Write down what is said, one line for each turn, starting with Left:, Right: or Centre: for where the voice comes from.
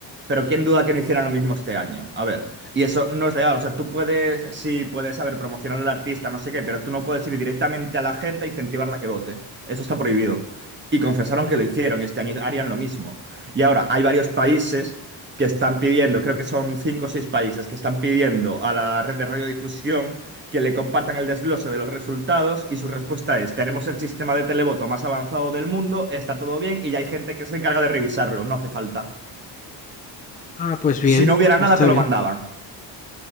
Right: Pero quién duda que no hicieran lo mismo este año. A ver, y eso no es legal. O sea, tú puedes, sí, puedes, a ver, promocionar al artista, no sé qué, pero tú no puedes ir directamente a la gente e incentivarla a que vote. Eso está prohibido y confesaron que lo hicieron y este año harían lo mismo. Y ahora hay varios países que están pidiendo, creo que son cinco o seis países que están pidiendo a la red de radiodifusión que le compartan el desglose de los resultados y su respuesta es, tenemos el sistema de televoto más avanzado del mundo, está todo bien y ya hay gente que se encarga de revisarlo, no hace falta.
Left: Ah, pues bien,
Right: Si no hubiera
Left: está
Right: nada, te lo
Left: bien.
Right: mandaban.